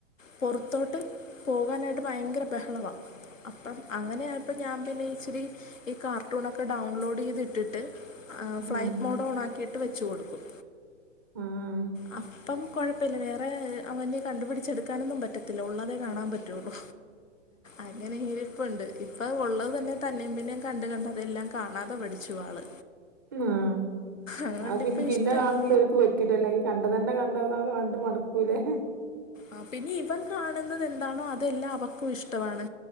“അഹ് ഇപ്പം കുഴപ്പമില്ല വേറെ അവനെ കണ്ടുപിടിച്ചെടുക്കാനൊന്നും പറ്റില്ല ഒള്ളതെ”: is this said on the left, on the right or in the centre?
Left